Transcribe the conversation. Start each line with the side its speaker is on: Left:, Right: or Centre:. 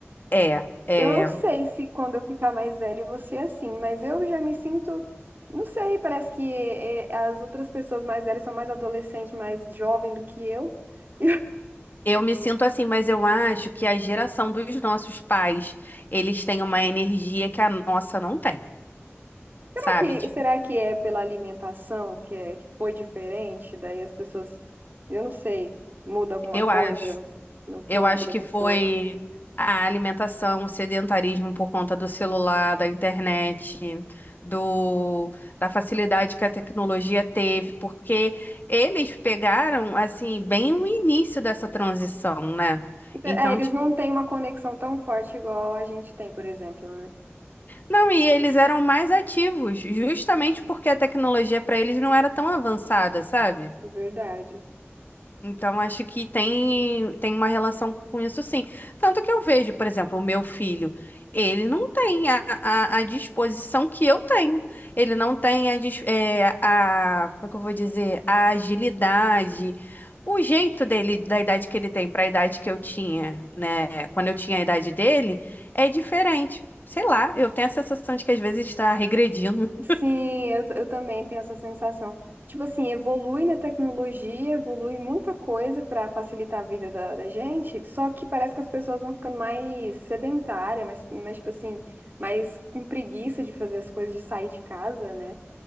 Left: É, é.
Right: Eu não sei se quando eu ficar mais velho eu vou ser assim, mas eu já me sinto, não sei, parece que eh, eh, as outras pessoas mais velhas são mais adolescentes, mais jovem do que eu. <laughs>
Left: Eu me sinto assim, mas eu acho que a geração dos nossos pais, eles têm uma energia que a nossa não tem,
Right: Será
Left: sabe?
Right: que,
Left: Tipo,
Right: será que é pela alimentação que, é, que foi diferente? Daí as pessoas, eu não sei, muda alguma
Left: eu
Right: coisa
Left: acho.
Right: no corpo
Left: Eu acho
Right: da
Left: que
Right: pessoa.
Left: foi a alimentação, o sedentarismo por conta do celular, da internet, do, da facilidade que a tecnologia teve, porque eles pegaram, assim, bem o início dessa transição, né?
Right: É,
Left: Então,
Right: eles
Left: tipo,
Right: não têm uma conexão tão forte igual a gente tem, por exemplo, né?
Left: não, e eles eram mais ativos, justamente porque a tecnologia para eles não era tão avançada, sabe?
Right: É verdade.
Left: Então, acho que tem, tem uma relação com isso, sim. Tanto que eu vejo, por exemplo, o meu filho, ele não tem a, a, a disposição que eu tenho. Ele não tem a, dis- é, a, como é que eu vou dizer, a agilidade, o jeito dele, da idade que ele tem para a idade que eu tinha, né? Quando eu tinha a idade dele, é diferente. Sei lá, eu tenho a sensação de que às vezes está regredindo.
Right: Sim, eu, eu também tenho essa sensação. Tipo assim, evolui na tecnologia, evolui muita coisa para facilitar a vida da, da gente, só que parece que as pessoas vão ficando mais sedentárias, mais, mais, tipo assim, mais com preguiça de fazer as coisas, de sair de casa, né?